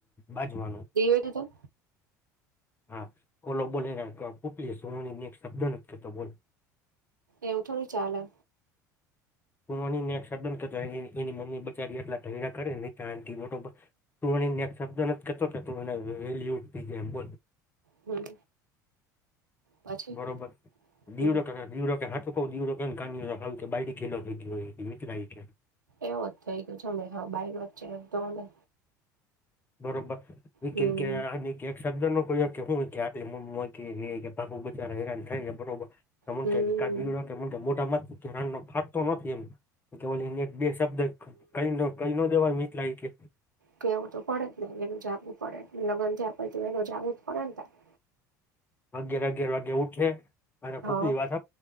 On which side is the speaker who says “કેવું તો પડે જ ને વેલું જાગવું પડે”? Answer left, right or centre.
Right